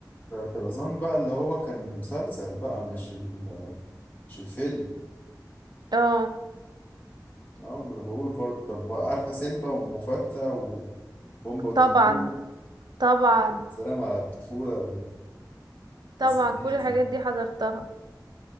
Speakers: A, on the left; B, on the right.
A: طرزان بقى اللي هو كان مسلسل بقى مش ال مش الفيلم
B: اه
A: اه ما انا بقول برضه طب بقى عارفة سيمبا ومفتى وبومبا وتيمون
B: طبعا طبعا
A: سلام على الطفولة
B: طبعا
A: التسعيناتي
B: كل الحاجات دي حضرتها